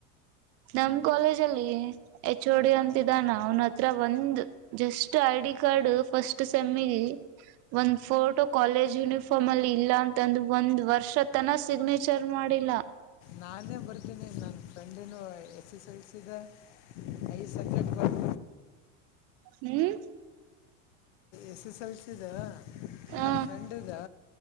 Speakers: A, on the right; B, on the left.
A: ನಮ್ ಕಾಲೇಜ ಅಲ್ಲಿ ಎಚ್ ಓ ಡಿ ಅಂತಿದ್ದಾನ ಅವನ ಹತ್ರ ಒಂದ್ ಜಸ್ಟ್ ಐಡಿ ಕಾರ್ಡ್ ಫಸ್ಟ್ ಸೆಮಿಗೆ ಒಂದ್ ಫೋಟೋ ಕಾಲೇಜ್ ಯುನಿಫಾರ್ಮ್ ಅಲ್ಲಿ ಇಲ್ಲ ಅಂತಂದ ಒಂದ್ ವರ್ಷತನ ಸಿಗ್ನೇಚರ್ ಮಾಡ ಮಾಡಿಲ್ಲ
B: ನಾನೇ ಬರ್ತೀನಿ ನನ್ನ ಫ್ರೆಂಡನು ಎಸ್ ಎಸ್ ಎಲ್ಸಿದ ಐದು ಸಬ್ಜೆಕ್ಟ್ ಬರ್
A: ಹ್ಮ್
B: ಎಸ್ ಎಸ್ ಎಲ್ ಸಿ ಇ
A: ಹ
B: ನ ಫ್ರೆಂಡ್ ಇದೆ